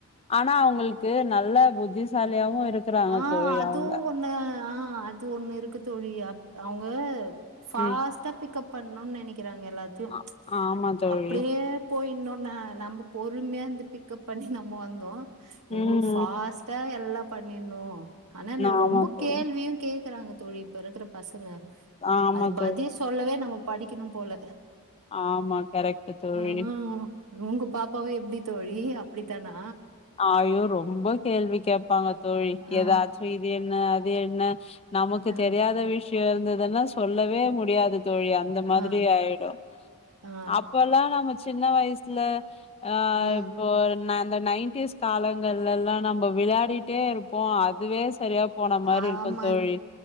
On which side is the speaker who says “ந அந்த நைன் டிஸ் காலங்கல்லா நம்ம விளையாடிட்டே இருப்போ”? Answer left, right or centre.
Left